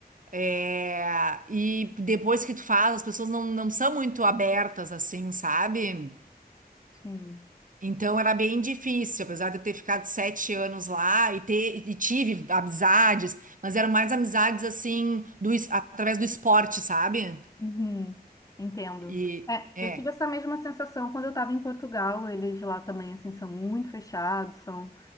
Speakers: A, on the right; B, on the left.
A: É, e depois que tu faz, as pessoas não, não são muito abertas, assim, sabe?
B: sim.
A: Então era bem difícil, apesar de eu ter ficado sete anos lá e ter e tive amizades, mas eram mais amizades assim do, es- através do esporte, sabe?
B: Uhum, entendo.
A: E
B: É,
A: é,
B: eu tive essa mesma sensação quando eu estava em Portugal. Eles lá também, assim, são muito fechados, são